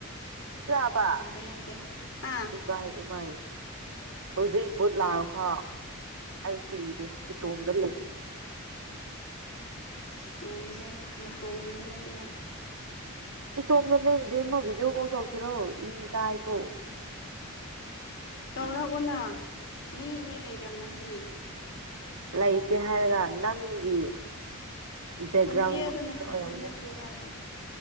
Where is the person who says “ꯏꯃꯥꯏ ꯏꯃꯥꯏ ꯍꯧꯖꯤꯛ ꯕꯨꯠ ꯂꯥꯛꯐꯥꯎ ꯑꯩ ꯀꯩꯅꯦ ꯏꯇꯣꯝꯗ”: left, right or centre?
Right